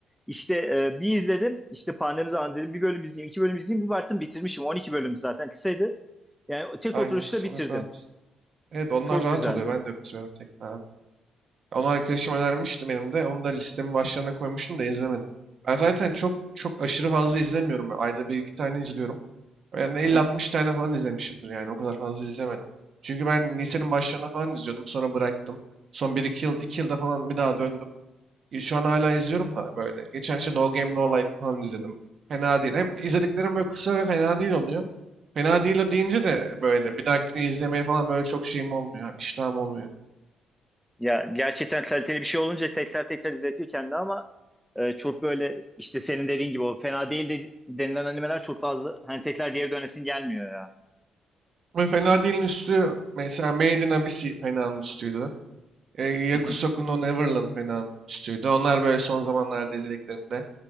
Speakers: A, in the centre; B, on the right.
A: İşte e, bir izledim. işte pandemi zamanı dedim bir bölüm izleyeyim, iki bölüm izleyeyim. Bir baktım bitirmişim. on iki bölüm zaten kısaydı. Yani tek
B: Aynen
A: oturuşta
B: kısalar
A: bitirdin.
B: rahat. Evet onlar
A: Çok
B: rahat
A: güzeldi.
B: oluyor. Ben de bitiriyorum tekrar abi. Onu arkadaşım önermişti benim de. Onu da listemin başlarına koymuştum da izlemedim. Ben zaten çok çok aşırı fazla izlemiyorum. Ayda bir iki tane izliyorum. Yani elli
A: Aha.
B: altmış tane falan izlemişimdir yani. O kadar fazla izlemedim. Çünkü ben lisenin başlarına falan izliyordum. Sonra bıraktım. Son bir 2 yıl, iki yılda falan bir daha döndüm. E, Şu an hala izliyorum da böyle. Geçen işte No Game No Life falan izledim. Fena değil. Hep izlediklerim böyle kısa ve fena değil oluyor. Fena değil o deyince de böyle bir dahakini izlemeye falan böyle çok şeyim olmuyor. yani İştahım olmuyor.
A: Ya gerçekten kaliteli bir şey olunca tekrar tekrar izletiyor kendini ama e, çok böyle işte senin dediğin gibi o fena değil de, denilen animeler çok fazla hani tekrar geri dönesin gelmiyor ya.
B: Ve fena değilin üstü mesela Made in Abyss fena'nın üstüydü. E, Yakusoku
A: Hı hı.
B: no Neverland fena'nın üstüydü. Onlar böyle son zamanlarda izlediklerimde.